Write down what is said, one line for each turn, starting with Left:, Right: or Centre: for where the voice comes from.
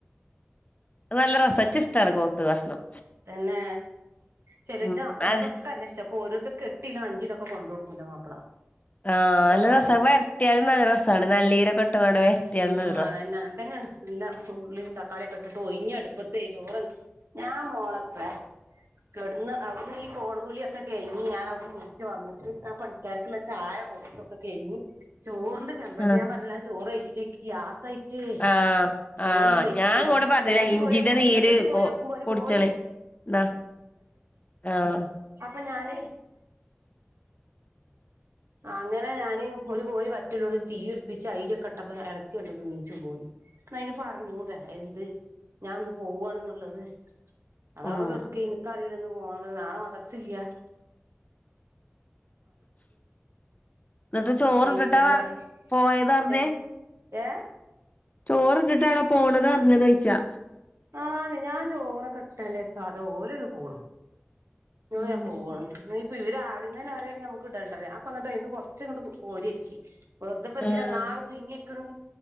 Left: നല്ല രസച്ച ഇഷ്ടമാണ് പോത്ത് കഷ്ണം
Right: പിന്നെ ചെിലന്റെ
Left: ഉം
Right: അപ്പുമാർൊക്കെ
Left: അത്
Right: അല്ല ഇഷ്ടം അപ്പൊ ഓരോരുത്തർക്ക് എട്ടിലോ അഞ്ചിലോ ഒക്കെ കൊണ്ട കൊടുക്കൂല്ലോ മാപ്പിള
Left: ആഹ്
Right: അവൾക്കത്
Left: നല്ല
Right: കാരണം
Left: രസാ വരട്ടിയാലും നല്ല രസാണ് നല്ലീരൊക്കെ ഇട്ട്ങ്ങാണ്ട് വരട്ടിയാലും
Right: ഉ
Left: നല്ല രസാ
Right: അതന്നെ അങ്ങനെത്തന്നെ എല്ല ഉുള്ളിയും തക്കാളിയൊക്കെ ഇട്ടിട്ട് ഒഞ്ഞ അടുപ്പ ചോറ ഞ <unintelligible> മോളപ്പെടന്ന് അവിടുന്ന് ഈ കോളപൂലിയൊക്കെ കഴിഞ്ഞി ഞൻ അവിടുന്ന് മുച്ച്ു വന്നിട്ട് ആ പണിക്കാർക്കുള്ള ചായ കൊടുത്തൊക്കെ കഴിിഞ് ചോറിന്റെ ചെമ്പട്ടി
Left: ആഹ്
Right: ഞാൻ പറഞ്ഞ ചോറ് വേച്ചിട്ട ഗ്യാസ് ആയിട്ട്
Left: ആഹ്
Right: ചോറൊന്നും
Left: ആഹ്
Right: വച്ചിട്ട
Left: ഞാൻ
Right: ചെയ്യാം
Left: ഇങ്ങോട് പറഞ്ഞില്ലേ
Right: ചെമ്പട്ടി
Left: ഇഞ്ചിന്റെ
Right: പോയിോക്കും
Left: നീര്
Right: ചെമ്പട്ടി പോയിോക്കുമ്പോ
Left: കു
Right: ഒരു
Left: കുടിച്ചളി
Right: കോ
Left: ന്നാ ആഹ്
Right: എന്ന അപ്പൊ ഞാൻ അങ്ങനെ ഞാന് ഒരു കോര് വറ്റല്ലോടെ തീ ഉടിപ്പിച്ച് അയിരൊക്കെട്ടപ്പ ഇളച്ചിണ്ട് നീച്ചു പോയി എന്ന അതിന് പറഞ്ഞൂട എന്ത് ഞാൻന്ന് പോവവാണന്നുള്ളത് അത
Left: ആഹ്
Right: അവിടെ കെടക്കുവാന് എന്താണ് ഇന്ന് പോണതു നാളെ മദർസില്ല
Left: എന്നിട്ട് ചോറ്
Right: റേഞ്ച്
Left: ഇട്ടിട്ടാ
Right: പരിപാടി
Left: പോയത് പറഞ്ഞേ
Right: ഏ ഏ
Left: ചോറിട്ടിട്ടാണോ പോണത അറിഞ്ഞത്ച്ചാ
Right: ആന്ന് ഞാൻ ചോറൊക്ക കെ ഇട്ടാന്റെ സാധ ഓരക്ക പോു
Left: ഉം
Right: ഞാൻ പോകണം ഇപ്പ ഇവ ആദ്യംന്ന അറിയണെങ്ക നമുക്ക് ഇടേണ്ടേ അപ്പൊണ്ട ഇന്ന് കൊറച്ച ഇങ്ങ് ഓരിയച്ചി വെറുതപ്പ എന്തിതിന
Left: ആഹ്
Right: നാക പോ ഇങ്ങെക്കും